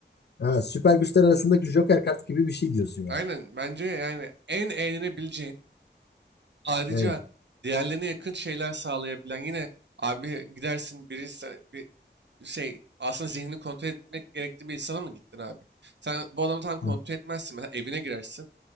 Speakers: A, on the left (about 65°); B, on the right (about 70°).
A: ha, süper güçler arasındaki Joker kart gibi bir şey diyorsun yani.
B: Aynen bence yani en eğlenebileceğin ayrıca
A: Evet.
B: diğerlerine yakın şeyler sağlayabilen yine abi gidersin birisi bir şey aslında zihnini kontrol etmek gerektiği bir insana mı gittin abi? Sen bu adamı tam kontrol
A: Hı,
B: etmezsin. Mesela evine girersin.